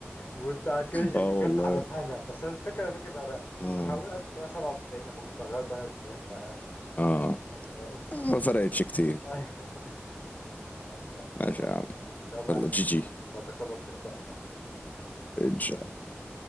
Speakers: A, on the left (about 55°); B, on the left (about 35°).
A: وبتاع كل شيء
B: اه والله
A: جت على سنه بس أنا الفكره فكره انا
B: اه
A: كنت هقول 1997 لما كنت هغير 98 فيعني
B: اه
A: يلا
B: ما فرقتش كتير
A: <laughs> يلا يا الله
B: ماشي يا عم
A: يلا
B: يلا
A: يا معلم
B: جي جي
A: نتقابل في لقاء آخر
B: ان شاء الله